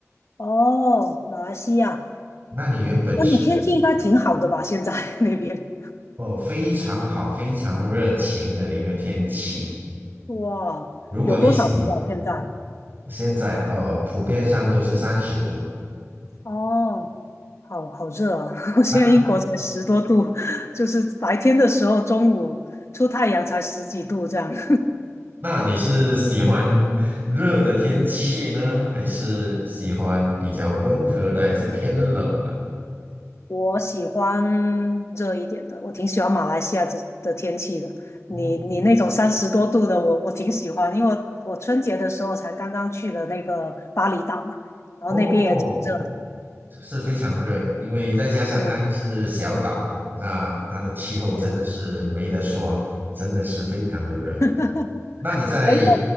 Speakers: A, on the left; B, on the right.
A: 哦，马来西亚，
B: 那你原本是
A: 那你天气应该挺好的吧？现在 <laughs> 那边，
B: 哦，非常好，非常热情的一个天气。
A: 哇，
B: 如果你喜欢，
A: 有多少度啊？现在？
B: 现在哦，普遍上都是三十度。
A: 哦，好好热啊！<laughs> 我现在英国才十多度，
B: 那
A: 就是白天的时候，中午出太阳才十几度这样。<laughs>
B: 那你是喜欢热的天气呢，还是喜欢比较温和的，还是偏冷呢？
A: 我喜欢热一点的，我挺喜欢马来西亚这的天气的。
B: 哦
A: 你你那种三十多度的，我我挺喜欢，因为我我春节的时候才刚刚去了那个巴厘岛嘛，然后那边也挺热的。
B: 哦，是非常热，因为再加上它又是小岛，
A: 是，
B: 那它的气候真的是没得说，
A: 嗯，
B: 真的是非常的热。
A: <laughs>
B: 那你在，
A: 哎，那